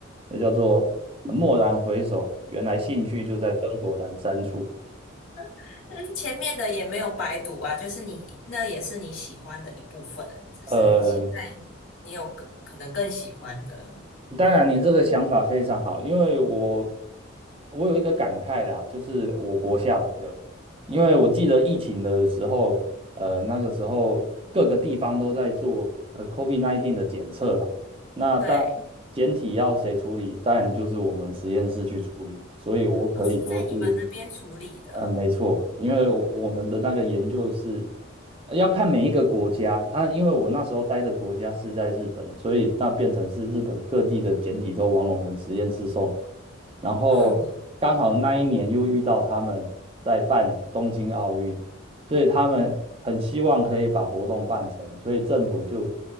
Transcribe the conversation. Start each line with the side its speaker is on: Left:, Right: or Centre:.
Right: 那叫做蓦然回首，原来兴趣就在灯火阑珊处。
Left: <laughs>，但是前面的也没有白读啊，就是你那也是你喜欢的一部分啊，只是现在你有更可能更喜欢的，
Right: 呃，当然，你这个想法非常好，因为我我有一个感慨啦，就是我活下来了。因为我记得疫情的时候，呃，那个时候各个地方都在做呃 COVID-19 的检测啦。那当然，
Left: 对，
Right: 检体要谁处理，当然就是我们实验室去处理。所以我可以说是
Left: 哦，是在你们那边处理的哦，
Right: 嗯，没错，因为我我们的那个研究是呃要看每一个国家啊，因为我那时候待的国家是在日本，所以那变成是日本各地的简体都往我们实验室送，然后刚好那一年又遇到他们在办东京奥运，
Left: 嗯，
Right: 所以他们很希望可以把活动办成，所以政府就